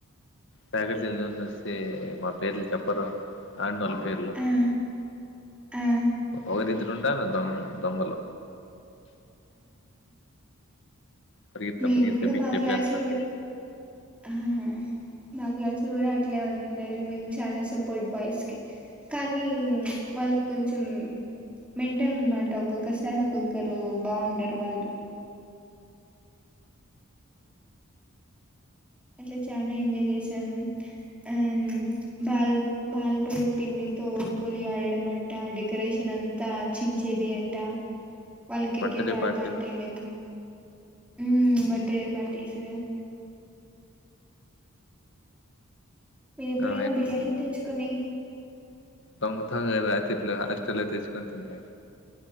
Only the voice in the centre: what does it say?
ఆ ఆ
మేమ్
గుడా
మా
క్లాస్లో గుడ్ హా మాకులా గుడ అట్లే ఉందిండదు మేమ్ చాలా సపోర్ట్ బాయ్స్కి కానీ వాళ్ళక్ కొంచం మెంటల్ అన్మాట ఒక్కొక్కసారి ఒక్కొక్కరు బాగుండరు వాళ్ళు అట్లా చాన ఎంజాయ్ చేసాం అం బాల్ బల్పొడి పిండితో హోలీ ఆడడం అంట, డెకరేషన్ అంతా చించేది అంట వాళ్ క్రికెట్
ఆడతాంటే
మేమ్ ఉమ బర్త్ డే పార్టీస్ మీరేప్పుడైనా
బిర్యానీ తెచ్చుకుని